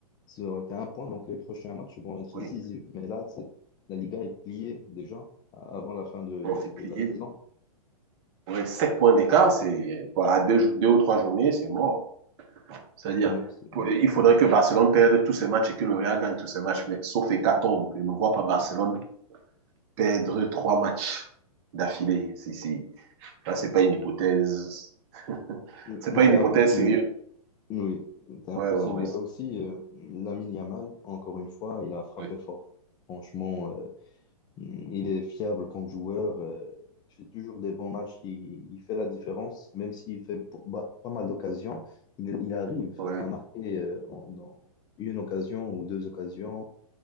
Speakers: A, on the left (about 20°); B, on the right (about 45°).
A: ça aurait été un point. Donc, les prochains matchs vont être
B: Oui,
A: décisifs. Mais là, c'est- la Liga est pliée déjà a- avant la fin de,
B: on
A: de-
B: s'est
A: de
B: plié.
A: la saison.
B: Ouais, 7 points d'écart, c'est quoi, à deux, deux ou trois journées, c'est mort. C'est-à-dire,
A: Non, c'est-
B: pour- il faudrait que Barcelone perde tous ses matchs et que le Real gagne tous ses matchs, mais sauf hécatombe, je ne vois pas Barcelone perdre trois matchs d'affilée. Si, si. Là, c'est pas une hypothèse. <laughs>
A: oui.
B: C'est pas
A: C'était
B: une hypothèse
A: impossible.
B: sérieuse.
A: Oui, c'était impossible.
B: Ouais, ouais, ouais.
A: Et aussi, euh, Lamine Yamal, encore une fois, il a frappé
B: Oui.
A: fort. Franchement, euh, Il est fiable comme joueur. euh, il fait toujours des bons matchs. Il, il fait la différence. Même s'il fait p- ba- pas mal d'occasions, il, il arrive
B: Ouais.
A: à marquer euh, en- dans une occasion ou deux occasions.